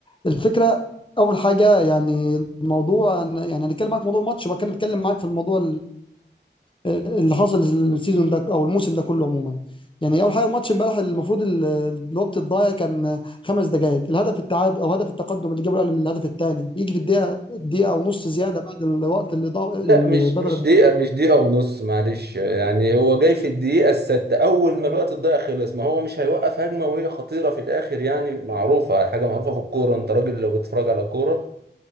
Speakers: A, on the left (about 30°); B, on the right (about 60°).
A: الفكره اول حاجه يعني الموضوع أنا- يعني هنتكلم معاك في موضوع الماتش وبعد كده نتكلم معاك في الموضوع اللي حصل السيزون ده او الموسم ده كله عموما يعني اول حاجه الماتش امبارح المفروض ال- الوقت الضايع كان خمس دقائق الهدف التعادل او هدف التقدم اللي جابه الاهلي الهدف الثاني يجي في الدقيقه دقيقه او نص زياده بعد الوقت اللي ضاع البدل
B: لا مش مش دقيقه مش دقيقه ونص معلش يعني هو جاي في الدقيقه السادسه اول ما الوقت الضايع خلص ما هو مش هيوقف هجمه وهي خطيره في الاخر يعني معروفه حاجه معروفه في الكوره انت راجل لو بتتفرج على كوره